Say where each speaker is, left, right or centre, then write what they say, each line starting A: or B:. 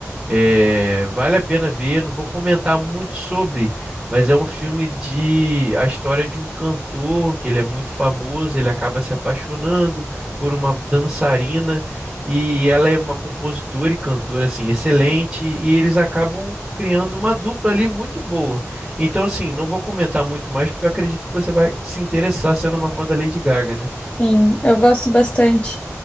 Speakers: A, on the right; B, on the left.
A: É, vale a pena ver, não vou comentar muito sobre, mas é um filme de a história de um cantor que ele é muito famoso, ele acaba se apaixonando por uma dançarina e ela é uma compositora e cantora assim excelente e eles acabam criando uma dupla ali muito boa. Então assim, não vou comentar muito mais porque eu acredito que você vai se interessar sendo uma fã da Lady Gaga, né?
B: Sim, eu gosto bastante.